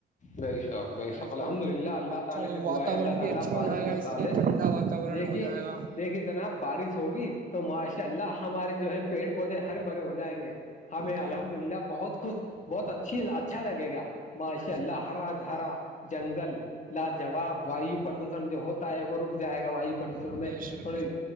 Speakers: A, on the left; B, on the right.
A: بے شک بے
B: ہمارے
A: شک الحمد للہ اللہ
B: اچھا
A: تعالی
B: جو
A: سے
B: واتاورن
A: دعا ہے اللہ
B: بھی
A: تعالی
B: اچھا
A: بارش
B: ہو جائے
A: برسا
B: گا اس سے
A: دے
B: ٹھنڈا واتورن
A: دیکھیے
B: ہو جائے گا
A: دیکھیے جناب بارش ہوگی تو ماشاء اللہ ہمارے جو ہے پیڑ پودے ہرے بھرے ہو جائیں گے ہمیں الحمد
B: جی
A: للہ بہت خش بہت اچھی اچھا لگے گا ماشاء
B: بس
A: اللہ ہرا جرا جنگل لاجواب
B: جی
A: وایو پردوشن جو ہوتا ہے وہ رک جائے گا واو پردوشن میں
B: بے شک
A: تھوڑی